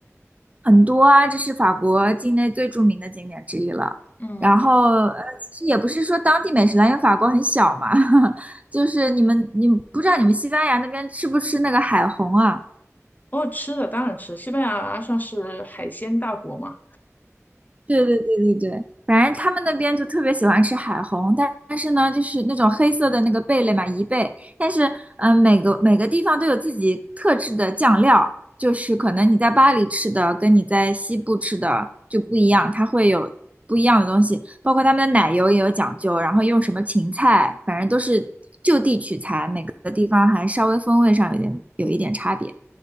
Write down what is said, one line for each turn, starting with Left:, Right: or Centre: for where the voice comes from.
Right: 很多啊，这是法国境内最著名的景点之一了。
Left: 嗯，
Right: 然后，呃，其实也不是说当地美食啦，因为法国很小嘛，<laughs> 就是你们，你们不知道你们西班牙那边吃不吃那个海虹啊？
Left: 哦，吃的当然吃，西班牙算是海鲜大国嘛，
Right: 对对对对对，反正他们那边就特别喜欢吃海虹，但但是呢，就是那种黑色的那个贝类嘛，贻贝。但是，嗯、每个每个地方都有自己特制的酱料，就是可能你在巴黎吃的跟你在西部吃的就不一样，它会有不一样的东西，包括他们的奶油也有讲究，然后用什么芹菜，反正都是就地取材，每个地方还稍微风味上有点有一点差别。